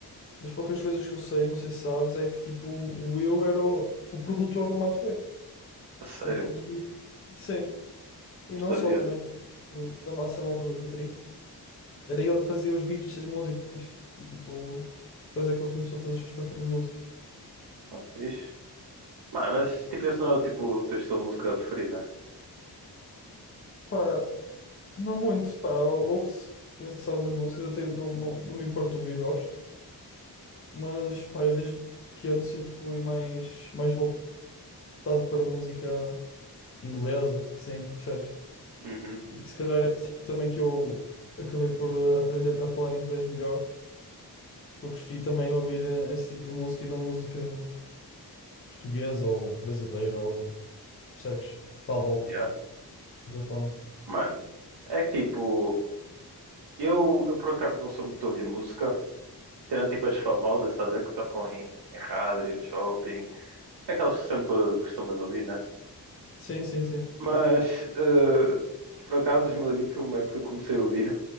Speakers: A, on the left (about 35°); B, on the right (about 80°).
A: das poucas coisas que eu sei, não sei se sabes, é que tipo o Will era o, o produtor do Matuê.
B: A sério,
A: Tipo, ele produziu. Sim. E
B: não
A: não
B: sabia.
A: só também do- da massa malta da Trinta Era ele que fazia os beats das músicas. E tipo, depois é que ele começou a fazer as suas próprias músicas.
B: Tá fixe. Mano, mas tipo, esse não é tipo, o teu estilo de música preferido, né?
A: Pá, não muito, pá, ouve-se. Conheço algumas músicas, até não, não, não me importo ouvir, gosto. Mas pá, eu desde pequeno sempre fui mais, mais voltado para música inglesa, sim, percebes?
B: Uhum.
A: E se calhar é assim também que eu acabei por eh, aprender a falar inglês melhor, porque eu cresci também a ouvir eh, esse tipo de música e não música portuguesa ou brasileira ou, percebes? Palop,
B: Yeah.
A: dessa forma.
B: Mano, é que tipo. Eu, eu por acaso não sou muito de ouvir música, tirando tipo as famosas, estás a ver, que tocam em, em rádio, shopping, aquelas que sempre costumas ouvir, né?
A: Sim, sim, sim.
B: Mas eh, por acaso 2020 foi uma época que eu comecei a ouvir